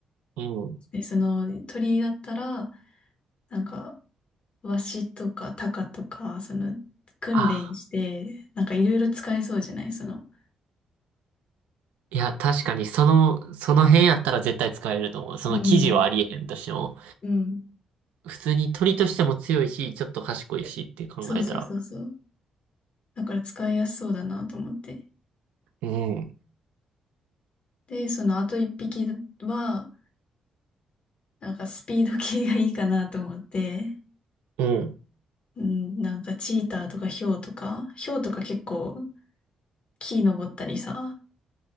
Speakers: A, on the right; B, on the left.
A: うん。
B: で、そのね鳥だったら、なんか、ワシとかタカとか、その、訓練して、
A: あ、
B: なんかいろいろ使えそうじゃないその、
A: いや、確かにその、その辺やったら絶対使えると思う。その記事はありえへんとしても。
B: うん、うん。
A: 普通に鳥としても強いし、ちょっと賢いしって考えたら。
B: そうそうそうそう。だから使いやすそうだなと思って。
A: うん、
B: で、そのあと一匹は、なんかスピード系がいいかなと思って、
A: うん、
B: うん、なんかチーターとかヒョウとか、ヒョウとか結構木登ったりさ、